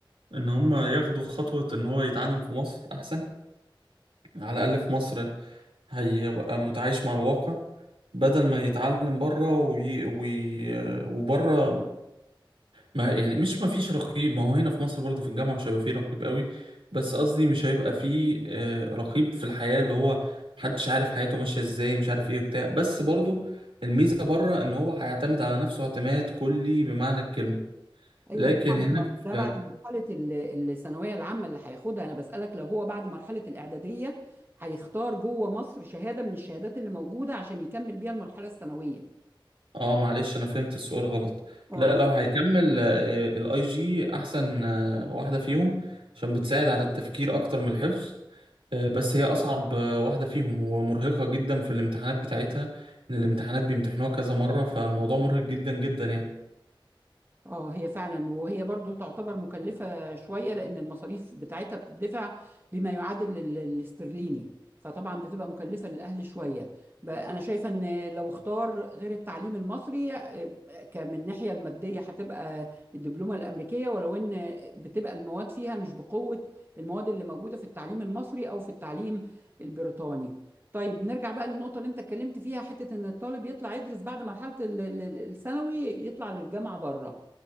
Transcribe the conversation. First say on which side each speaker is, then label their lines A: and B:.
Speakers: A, on the right; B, on the right.
A: ان هم ياخدوا خطوة ان هو يتعلم في مصر احسن على الاقل في مصر هيبقى متعايش مع الواقع بدل ما يتعلم بره وي... وي... وبره ما يعني مش ما فيش رقيب ما هو هنا في مصر برضه في الجامعة مش هيبقى فيه رقيب قوي بس قصدي مش هيبقى فيه آه، رقيب في الحياة اللي هو محدش عارف حياته ماشية ازاي مش عارف ايه وبتاع بس برضه الميزة بره ان هو هيعتمد على نفسه اعتماد كلي بمعنى الكلمة
B: أيوه
A: لكن
B: ده بعد
A: هنا
B: ما
A: في
B: ده بعد مرحلة ال- الثانوية العامة اللي هياخدها أنا بسألك لو هو بعد مرحلة الإعدادية هيختار جوه مصر شهادة من الشهادات اللي موجودة عشان يكمل بيها المرحلة الثانوية.
A: اه معلش انا فهمت السؤال غلط
B: اه
A: لا لو هيكمل الاي جي احسن آه، واحدة فيهم عشان بتساعد على التفكير اكتر من الحفظ آه، بس هي اصعب آه، واحدة فيهم ومرهقة جدا في الامتحانات بتاعتها ان الامتحانات بيمتحنوها كذا مرة فالموضوع مرهق جدا جدا يعني
B: اه هي فعلا وهي برضو تعتبر مكلفة شوية لأن المصاريف بتاعتها بتدفع بما يعادل ال- الاسترليني فطبعا بتبقى مكلفة للأهل شوية بقى أنا شايفة إن لو اختار غير التعليم المصري آه، كمن الناحية المادية هتبقى الدبلومة الأمريكية ولو إن بتبقى المواد فيها مش بقوة المواد اللي موجودة في التعليم المصري أو في التعليم البريطاني طيب نرجع بقى للنقطة اللي أنت اتكلمت فيها حتة إن الطالب يطلع يدرس بعد مرحلة ال- ال- الثانوي يطلع للجامعة بره